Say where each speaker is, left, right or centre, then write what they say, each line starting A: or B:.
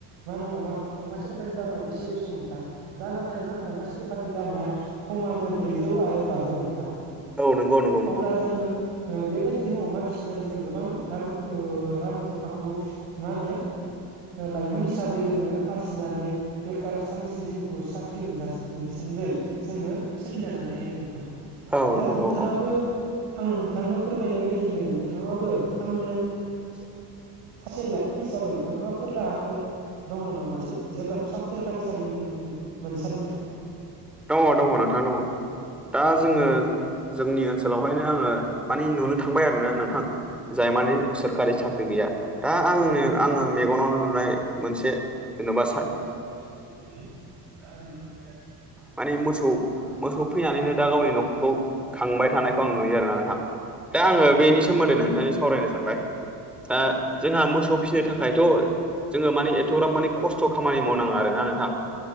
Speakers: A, on the right; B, in the centre.
A: मा होनो अ-अमा सेरफानि दामा बेसेल'स नोंथां दा नाथाय मा अमा सिथ फानिनि दामा खमानो ब्रैजौ आरो बाजौ नोंथां
B: औ नंगौ नंगौ नोंथां
A: अब्ला जोङो बेबायदिनो अमा फिसिनानै जों गोबां रां रुफा रां रुफाखौ मा होनो लाइमोन हिसाबै जोङो आरजिनानै बेखार सानैसो जिउखौ साख्रि मोन मोन न्दै जोङो सोलिना जानो हायो आरो नोंथां
B: औ नोंथां
A: दा नोंथाङाबो
B: औ औ
A: आं नोंथांनो फोरमायनाय बायदिनो नोंथाङाबो आंनो
B: <unintelligible> <unintelligible> औ
A: सासे लाइमोन हिसाबै माबाफोर राहाफोर दङ नामा जेब्लासिम सा सोरखारि साख्रि मोनसान्दि
B: दङ दङ नोंथां दङ दा
A: एबा
B: जोङो जोंनि ओनसोलावहायनो आङो मानि नुनो थांबाय आरोना नोंथां जाय मानि सोरकारि साख्रि गैया दा आंनो आङो मेगनाव नुनाय मोनसे जेन'बा सा
A: <unintelligible>
B: मानि मोसौ मोसौ फैनानैनो दा गावनि न'खरखौ खांबाय थानायखौ आं नुयो आरोना नोंथां दा आङो बेनि सोमोन्दै नोंथांजों सावरायनो सानबाय दा जोंहा मोसौ फिसिनो थाखायथ' जोङो माने एथ'ग्राब माने खस्थ' खामानि मावनाङा आरोना नोंथां